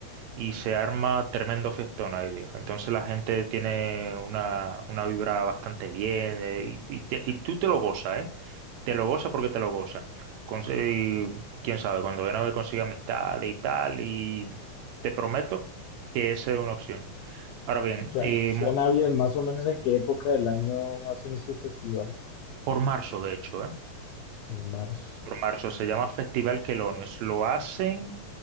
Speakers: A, on the right; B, on the left.
A: y se arma tremendo fiestón ahí, viejo. Entonces la gente tiene una, una vibra bastante bien eh, y, y te- y tú te lo gozas, ¿eh? Te lo gozas porque te lo gozas. Conse- y quién sabe, cuando ven a ver consigue amistades y tal, y te prometo que esa es una opción. Ahora bien,
B: Suena,
A: eh,
B: suena
A: mo-
B: bien, más o menos en qué época del año hacen estos festivales.
A: por marzo, de hecho, ¿eh?
B: En marzo.
A: por marzo, se llama Festival Quelonios. Lo hacen